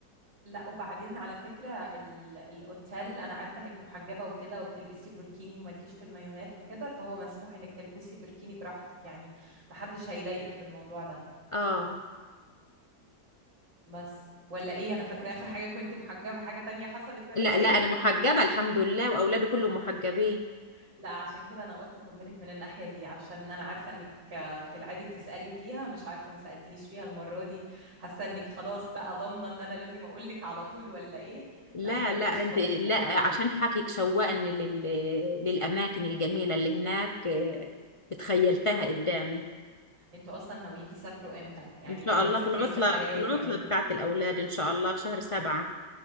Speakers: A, on the right; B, on the left.
A: لا وبعدين على فكرة ال- الأوتيل أنا عارفة إنك محجبة وكده وبتلبسي بوركيني ومالكيش في المايوهات وكده فهو مسموح إنك تلبسي بوركيني براحتك يعني محدش هيضايقك في الموضوع ده
B: اه
A: بس ولا إيه أنا فاكرة آخر حاجة كنت محجبة حاجة تانية حصلت ولا
B: لا
A: إيه
B: لا انا محجبه الحمد لله واولادي كلهم محجبين
A: <laughs> لا عشان كده أنا قلت أطمنك من الناحية دي عشان أنا عارفة إنك آه، في العادي بتسألي فيها مش عارفة ما سألتنيش فيها المرة دي حاسة إنك خلاص بقى ضامنة إن أنا لازم أقولك على طول ولا إيه
B: لا
A: لا ما تقلقيش
B: لا انت
A: خالص
B: لا
A: من الناحية دي
B: عشان حكيك شوقني لل... للاماكن الجميله اللي هناك آه، اتخيلتها قدامي
A: انتوا اصلا ناويين تسافروا امتى يعني
B: ان شاء
A: ناوية
B: الله
A: تسافري
B: في العطله
A: السفرية
B: في
A: دي
B: العطله
A: امتى
B: بتاعت الاولاد ان شاء الله في شهر سبعة